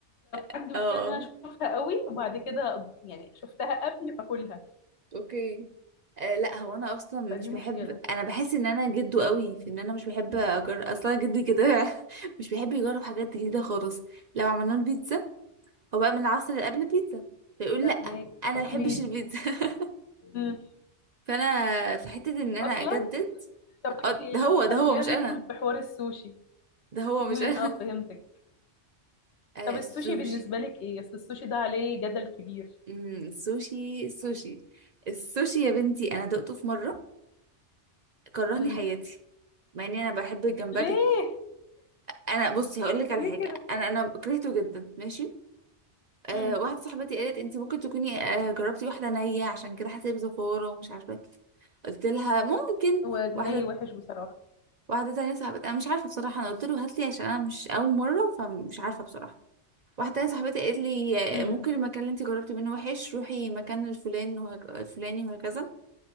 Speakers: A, on the right; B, on the left.
A: <laughs>
B: عندي
A: اه
B: مشكله ان انا اشوفها قوي وبعد كده يعني شفتها قبل فاكلها
A: اوكي آه، لا هو انا اصلا مش
B: فدي
A: بحب
B: مشكله
A: انا بحس ان انا جدو قوي في ان انا مش بحب اجرب اصلا جدي كده <laughs> مش بيحب يجرب حاجات جديده خالص لو عملنا له بيتزا هو بقى من العصر اللي قبل البيتزا فيقول
B: فاهمك
A: لا انا
B: تقليد
A: ما بحبش البيتزا <laughs>
B: مم.
A: فانا في حته ان انا
B: اصلا
A: اجدد
B: طب انت
A: اه ده هو ده
B: خلينا
A: هو مش انا
B: ندخل في حوار السوشي
A: ده هو مش
B: امم
A: انا
B: اه فهمتك
A: <laughs> آه
B: طب السوشي
A: السوشي
B: بالنسبة لك ايه؟ اصل السوشي ده عليه جدل كبير
A: امم السوشي السوشي السوشي يا بنتي انا دقته في مره كرهني
B: امم
A: حياتي مع اني انا بحب الجمبري
B: ليه؟
A: انا بصي هقول لك على
B: ليه
A: حاجه
B: كده؟
A: انا انا كرهته جدا ماشي آه
B: امم
A: واحده صاحبتي قالت انت ممكن تكوني آه جربتي واحده نيه عشان كده حسيت بزفاره ومش عارفه إيه. قلت لها ممكن
B: هو
A: واحده
B: ني وحش بصراحة
A: واحده تانية صاحبتي انا مش عارفه بصراحه انا قلت له هات لي عشان انا مش اول مره فمش عارفه بصراحه واحده تانية صاحبتي قالت لي
B: امم
A: آه، ممكن المكان اللي انت جربتي منه وحش روحي مكان الفلان وهك... الفلاني وهكذا